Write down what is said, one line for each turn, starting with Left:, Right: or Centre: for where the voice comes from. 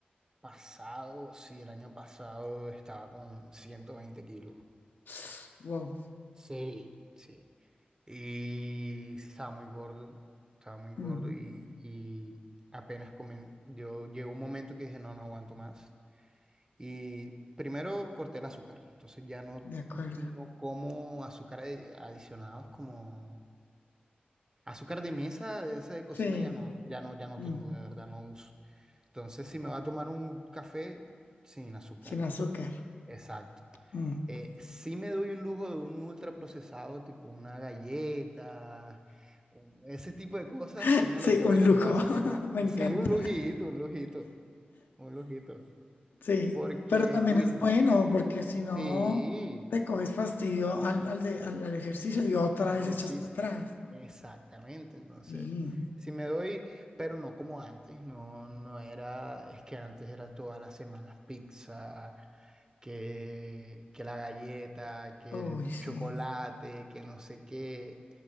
Right: pasado, sí, el año pasado estaba con 120 kilos.
Left: <sniffs> Wow,
Right: Sí. Sí. Y sí, estaba muy gordo, estaba muy gordo
Left: mm,
Right: y, y apenas comen, yo llegó un momento que dije, no, no aguanto más. Y primero corté el azúcar, entonces ya no,
Left: de acuerdo.
Right: no como azúcar adi- adicionados como azúcar de mesa, de esa de cocina
Left: Sí,
Right: ya no, ya no, ya no
Left: mm,
Right: tengo, de verdad no uso. Entonces si me va a tomar un café sin azúcar,
Left: sin azúcar.
Right: exacto.
Left: mm.
Right: Eh, sí me doy un lujo de un ultra procesado tipo una galleta, ese tipo de cosas,
Left: <laughs>
Right: sí me
Left: Sí,
Right: los doy,
Left: un
Right: no
Left: lujo,
Right: te voy a decir
Left: <laughs>
Right: que no.
Left: me encanta.
Right: Sí, un lujito, un lujito, un lujito.
Left: Sí,
Right: Porque,
Left: pero también
Right: uy,
Left: es
Right: no.
Left: bueno porque si no
Right: Sí.
Left: le coges fastidio al, al, de- al, al ejercicio y otra
Right: al
Left: vez
Right: ejercicio.
Left: echas para atrás.
Right: Exactamente, entonces,
Left: Sí,
Right: si me doy, pero no como antes, no, no era, es que antes era todas las semanas pizza, que, que la galleta, que
Left: uy,
Right: el
Left: sí,
Right: chocolate, que no sé qué,